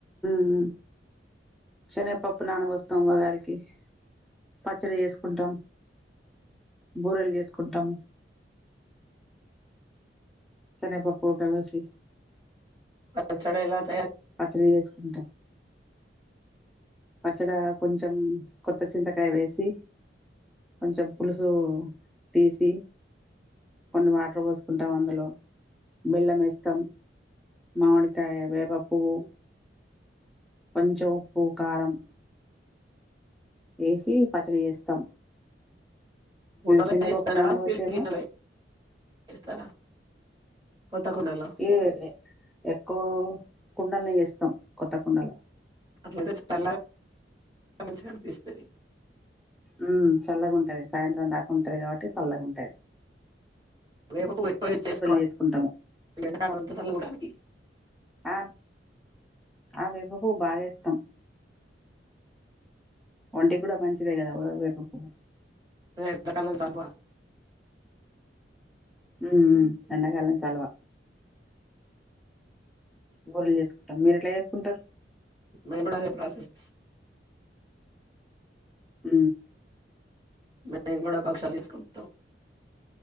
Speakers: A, in the centre; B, on the right (about 25°).
A: మ్మ్ శనగపప్పు నాన పోస్తాం ఉగాది కి పచ్చడి చేసుకుంటాం బూరెలు చేసుకుంటాము శనగపప్పు ఉడకపోసి
B: పచ్చడ ఇలా <inaudible>
A: పచ్చడి చేసుకుంటాం పచ్చడా కొంచెం కొత్త చింతకాయ వేసి కొంచెం పులుసు తీసి కొన్ని వాటర్ పోసుకుంటాం అందులో బెల్లం వేస్తాం మామిడికాయ వేపపువ్వు కొంచెం ఉప్పు కారం వేసి పచ్చడి చేస్తాం
B: కుండలో
A: శనగ
B: చేస్తారా?
A: పప్పు ననబోసేము
B: స్టీల్ గిన్నెలో చేస్తారా? కొత్త కుండలో
A: ఈ ఎక్కువ కుండల్నే చేస్తాం కొత్త కుండల
B: అట్లయితే చల్లగా మంచిగనిపిస్తది
A: ఉ చల్లగుంటది సాయంత్రం దాకా ఉంటది కాబట్టి చల్లగుంటది
B: వేప పువ్వు ఎక్కవ వేసి చేసుకోవండి
A: చేసుకుంటాము
B: ఈ ఎండాకాలమంతా సల్లగా ఉంటది.
A: ఆ ఆ వేప పువ్వు బాగా వేస్తాం. ఒంటికి కూడా మంచిదే కదా ఒ వేరేపువ్వు
B: రేయ్ పగలు తల్వ
A: ఊ ఊ ఎండ కాలం చలవా బూరెలు చేసుకుంటం మీరు ఎట్లా చేసుకుంటారు
B: నేన్ కూడా అదే ప్రాసెస్
A: ఊ
B: మేము కూడా పక్షాలు చేసుకుంటం